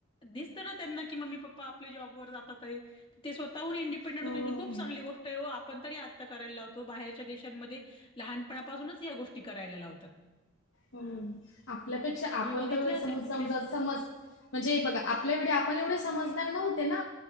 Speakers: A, on the left; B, on the left.
A: दिसतं ना त्यांना की मम्मी पप्पा आपले जॉबवर जातातये, ते स्वतःहून इंडिपें पण रेनुताई
B: हो.
A: ही खूप चांगली गोष्ट आहे ओ आपण तरी आता करायला लावतो,, बाहेरच्या देशांमध्ये लहानपणापासूनच या गोष्टी करायला लावतात.
B: हम्म, आपल्यापेक्षा
A: तुम्ही
B: आपण
A: बघितले
B: तर
A: असेल
B: सम
A: कुठले?
B: समजा समज म्हणजे हे बघा आपल्या वेळी आपण एवढे समजदार नव्हते ना